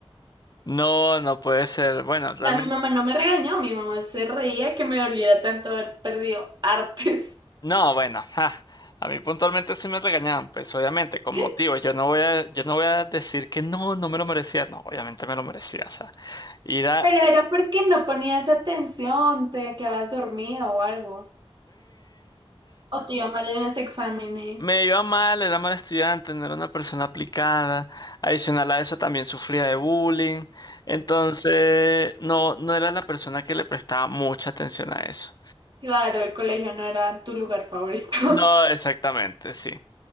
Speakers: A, on the left (about 40°); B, on the right (about 50°).
A: no, no puede ser. Bueno, realmente.
B: A mi mamá no me regañó, mi mamá se reía que me doliera tanto haber perdido artes.
A: No, bueno. <laughs> ja. A mí puntualmente sí me regañaban, pues obviamente, con
B: <laughs>
A: motivos. Yo no voy a, yo no voy a decir que no, no me lo merecía. No, obviamente me lo merecía. O sea, ir a.
B: Pero era porque no ponías atención, te quedabas dormida o algo. O te iba mal en los exámenes.
A: Me iba mal, era mal estudiante, no era una persona aplicada. Adicional a eso también sufría de bullying. Entonces, no, no era la persona que le prestaba mucha atención a eso.
B: Claro, el colegio no era tu lugar favorito. <laughs>
A: No, exactamente, sí.